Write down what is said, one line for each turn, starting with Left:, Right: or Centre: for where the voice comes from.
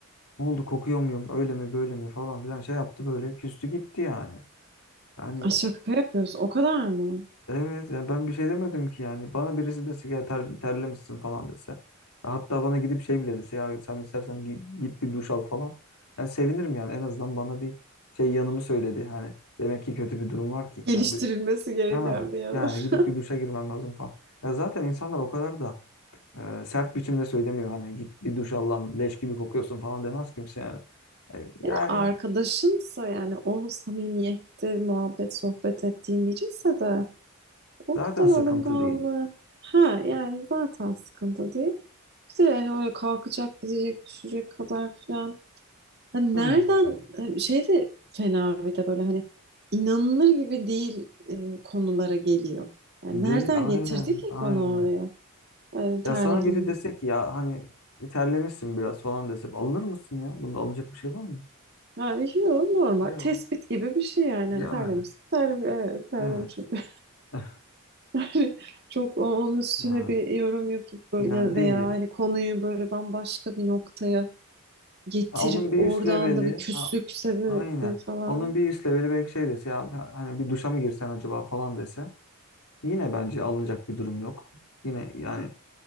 Left: Ne oldu kokuyor muyum? Öyle mi böyle mi falan filan şey yaptı böyle. Küstü gitti yani. Yani
Right: Ay şaka yapıyoruz. O kadar mı?
Left: Evet yani ben bir şey demedim ki yani. Bana birisi dese ki ya ter, terlemişsin falan dese. Hatta bana gidip şey bile dese ya sen istersen git, git bir duş al falan. Ben sevinirim yani en azından bana bir şey yanımı söyledi. Hani demek ki kötü bir durum var ki.
Right: Geliştirilmesi
Left: Yani bir,
Right: gereken
Left: ha,
Right: bir yanı.
Left: yani
Right: <laughs>
Left: gidip bir duşa girmem lazım falan. Ya zaten insanlar o kadar da e, sert biçimde söylemiyor. Hani git bir duş al lan leş gibi kokuyorsun falan demez kimse yani. E, Yani
Right: Yani arkadaşınsa yani o samimiyette muhabbet sohbet ettiğin biriyse de O
Left: zaten
Right: kadar
Left: sıkıntı
Right: alınganlığı.
Left: değil.
Right: Ha yani zaten sıkıntı değil. Bir de yani öyle kalkacak, gidecek, düşecek kadar filan. Hani
Left: Hmm.
Right: nereden e, şey de fena bir de böyle hani inanılır gibi değil e, konulara geliyor. Yani
Left: Değil
Right: nereden
Left: aynen
Right: getirdi ki
Left: aynen.
Right: konu oraya? Yani terlediğini.
Left: Ya sana biri dese ki ya hani terlemişsin biraz falan dese alınır mısın ya? Bunda alınacak bir şey var mı?
Right: abi yok normal.
Left: Yok.
Right: Tespit gibi bir şey yani.
Left: Yani
Right: Hani terlemiş, terlemiş, evet, terlemişim.
Left: evet.
Right: <laughs>
Left: <laughs>
Right: Yani çok onun üstüne
Left: Ya,
Right: bir yorum yapıp böyle-
Left: yani
Right: ya
Left: değil.
Right: veya hani konuyu böyle bambaşka bir noktaya getirip
Left: Ha, onun bir
Right: oradan
Left: üst leveli
Right: da bir küslük
Left: ha,
Right: sebebi
Left: aynen.
Right: falan.
Left: Onun bir üst leveli belki şey dese ya ha- hani bir duşa mı girsen acaba falan dese yine bence alınacak bir durum yok. Yine yani